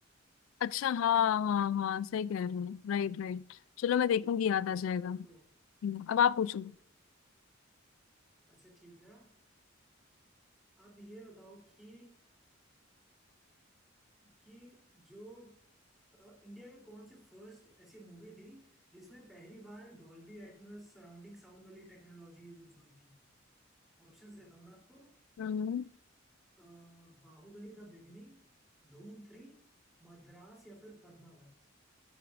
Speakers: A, on the left; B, in the centre.
A: अच्छा हाँ हाँ हाँ सही कह रहे हो Right right चलो मैं देखूंगी
B: हाँ
A: याद आ जाएगा
B: वही
A: हम्म,
B: तो
A: अब आप पूछो
B: अच्छा ठीक है आप ये बताओ कि कि जो अ, इंडिया के कौन सी फर्स्ट ऐसी मूवी थी जिसमें पहली बार डॉल्बी एटमॉस सराउंडिंग साउंड वाली टेक्नोलॉजी यूज हुई थी ऑप्शंस देता हूँ मैं आपको
A: हम्म
B: अ, बाहुबली द बिगिनिंग धूम थ्री मद्रास या फिर पद्मावत